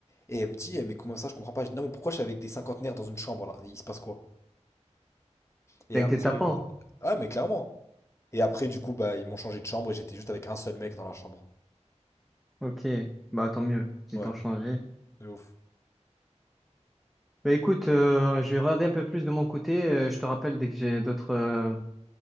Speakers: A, on the left (about 25°); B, in the centre.
A: Et elle me dit, eh, mais comment ça, je comprends pas. Je dis, non, mais pourquoi je suis avec des cinquantenaires dans une chambre là? Il se passe quoi? Et
B: T'inquiète
A: après, euh,
B: pas. hein.
A: ah, mais clairement. Et après, du coup, bah, ils m'ont changé de chambre et j'étais juste avec un seul mec dans la chambre.
B: Ok, bah tant mieux, j'ai
A: Ouais,
B: tant changé.
A: de ouf.
B: Bah écoute, euh, je vais regarder un peu plus de mon côté. euh, je te rappelle dès que j'ai d'autres euh,